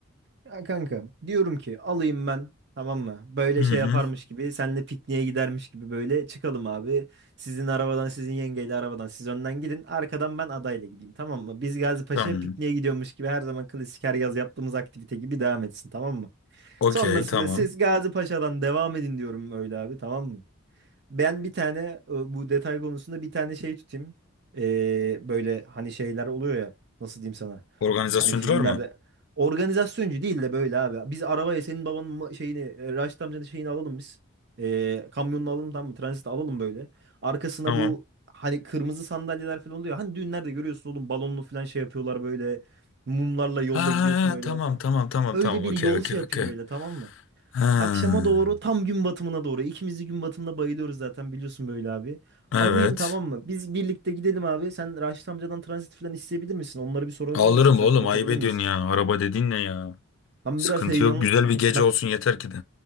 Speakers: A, on the right; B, on the left.
A: Ya kanka diyorum ki alayım ben tamam mı? Böyle
B: Hı hı.
A: şey yaparmış gibi senle pikniğe gidermiş gibi böyle çıkalım abi. Sizin arabadan sizin yengeyle arabadan siz önden gidin arkadan ben adayla gideyim tamam mı? Biz Gazipaşa'ya
B: Tamam.
A: pikniğe gidiyormuş gibi her zaman klasik her yaz yaptığımız aktivite gibi devam etsin tamam mı?
B: Okey
A: Sonrasında
B: tamam.
A: siz Gazipaşa'dan devam edin diyorum öyle abi tamam mı? Ben bir tane e, bu detay konusunda bir tane şey tutayım. Ee, böyle hani şeyler oluyor ya. Nasıl diyeyim sana?
B: Organizasyoncular
A: Hani filmlerde
B: mı?
A: organizasyoncu değil de böyle abi. Biz arabaya senin babanın ma- şeyini, e, Raşit amcanın şeyini alalım biz. Ee, kamyonunu alalım tamam mı? Transit alalım böyle. Arkasına
B: Tamam.
A: bu hani kırmızı sandalyeler falan oluyor. Hani düğünlerde görüyorsun oğlum balonlu falan şey yapıyorlar böyle. Mumlarla yolda
B: Ha ha,
A: gidiyorsun
B: ha,
A: böyle.
B: tamam
A: Tamam.
B: tamam tamam
A: Öyle
B: tamam.
A: bir
B: Okey
A: yol
B: okey
A: şey yapayım
B: okey.
A: böyle tamam mı?
B: Ha.
A: Akşama doğru tam gün batımına doğru. İkimiz de gün batımına bayılıyoruz zaten biliyorsun böyle abi.
B: Evet.
A: Alayım tamam mı? Biz birlikte gidelim abi. Sen Raşit amcadan transit falan isteyebilir misin? Onları bir sorabilir
B: Alırım
A: misin? Sen
B: oğlum
A: yapabilir
B: ayıp ediyorsun
A: miyiz?
B: ya. Araba dediğin ne ya?
A: Ben
B: Sıkıntı
A: biraz heyecan...
B: yok. Güzel bir gece
A: Ben
B: olsun yeter ki de.